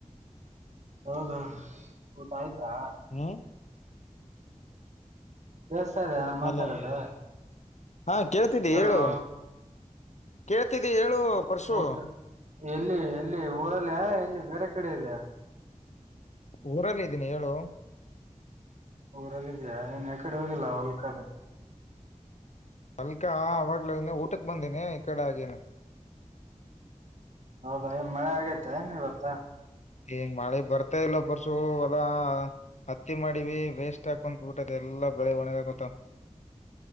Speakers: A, on the right; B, on the left.
A: ಹೌದಾ ಊಟ ಆಯ್ತಾ.
B: ಹ್ಮ್
A: ಕೇಳಿಸ್ತಾ ಇದೀಯ ಮಾತಾಡೋದು.
B: ಹಲೋ ಹಾ ಕೇಳ್ತಿದ್ದಿ
A: ಹಲೋ
B: ಹೇಳು ಕೇಳ್ತಿದ್ದಿ ಹೇಳು ಪರಶು.
A: ಊಟ ಎಲ್ಲಿ, ಎಲ್ಲಿ, ಊರಲ್ಲ! ಎಲ್ಲಿ ಬೇರೆ ಕಡೆ ಇದೆಯ? <inaudible>
B: ಊರಲ್ಲಿ, ಇದ್ದೀನಿ ಹೇಳು? <inaudible>
A: ಊರಲ್ಲ ಇದೀಯಾ! ಏನ್ ಯಾಕಡೆ ಹೋಗಿಲ್ಲ ಹೊಲ್ಕದಕಡೆ? <inaudible>
B: ಅಲ್ಕಾ, ಆವಾಗ್ಲೇ ಊಟಕ್! ಬಂದೇನಿ, ಈ ಕಡೆ, ಅಧುನಿ. <inaudible>
A: ಹೌದ, ಮಳೆ ಆಗೇತ್ತ ಏನು ಇವತ್ತ? <inaudible>
B: ಏನು ಮಳೆ ಬರ್ತಿಲ್ಲ ಪರ್ಸು, ಹೊಲ. <inaudible> ಹತ್ತಿ, ಮಾಡಿವಿ, ವೇಸ್ಟ್, ಹಾಕೊತ್ಬಿಟ್ಟದ ಎಲ್ಲ ಬೆಳೆ, ಒಣಗಕೊತು? <inaudible>